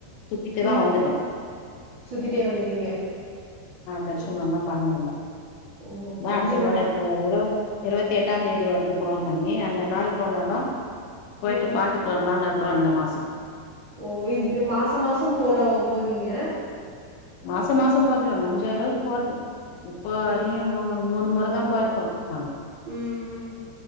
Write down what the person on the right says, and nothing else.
ம்.
சுத்திட்டே வந்துட்டீங்க.
ஓ!
ஓ! அப்ப
மணி
நேர
ம்.
ஓ இப்படி மாச மாசம் போற போவிங்க
முடிச்
உம் உம்